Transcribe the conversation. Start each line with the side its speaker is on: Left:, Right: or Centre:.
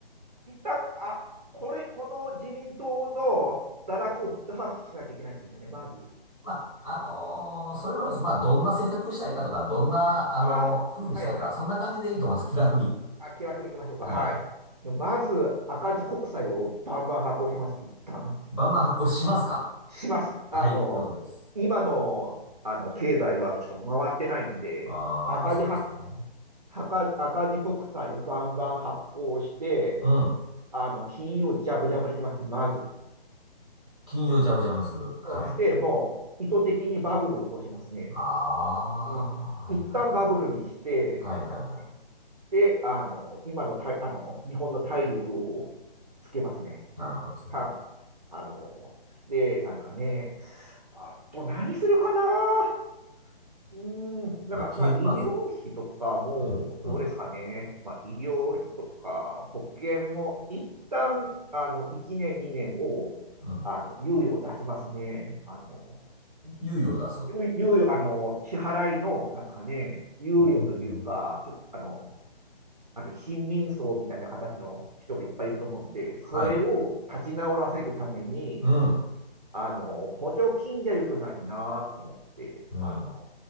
Right: う。一旦、あ、これ、この自民党の堕落を打破しなきゃいけないんですよね、まず。
Centre: まあ、あのーそれもあります。
Right: うん
Centre: まあ、どんな政策したいかとか、どんな、あのー風にしたいか、
Right: ああ、はいはい。
Centre: そんな感じでいいと思います。気楽に。
Right: あ、気楽に行きましょうか。
Centre: はい。
Right: はい。でまず、赤字国債をバンバン発行しますね、一旦。
Centre: バンバン発行しますか
Right: します。
Centre: はい、
Right: あの、
Centre: 了解です。
Right: 今の、あの、経済はちょっと回ってないんで、
Centre: ああ、
Right: 赤字発
Centre: そうですよね。
Right: 赤、赤字国債をバンバン発行して、
Centre: うん。
Right: あの、金融をジャブジャブにしますね、まず。
Centre: 金融ジャブジャブにする。はい。
Right: うん、して、もう、意図的にバブルを起こしますね。
Centre: ああ、
Right: うん。
Centre: はいはいはいはい。
Right: 一旦バブルにして、
Centre: はいはいはい。
Right: みたいな感じですね。で、あの、今のた、あの、日本の体力をつけますね。
Centre: なるほどですね。
Right: 一旦、あの、で、なんですかね。あと、何するかなうーん、なんか、
Centre: まあ、け、
Right: まあ、医療費とかも、
Centre: まず、うん、うん、
Right: どうですかね。まあ、医療費とか、保険も、一旦、あの、1年、2年を、
Centre: うん。
Right: あの、猶予を出しますね。あの、
Centre: 猶予を出す。
Right: 猶猶予、あの、支払いの、なんですかね、猶予というか、
Centre: おー。
Right: ちょっと、あの、あの、貧民層みたいな形の人がいっぱいいると思うんで、
Centre: はい。
Right: それを立ち直らせるために、
Centre: うん、
Right: あの、補助金じゃ良くないなと思って、
Centre: うん。
Right: あの、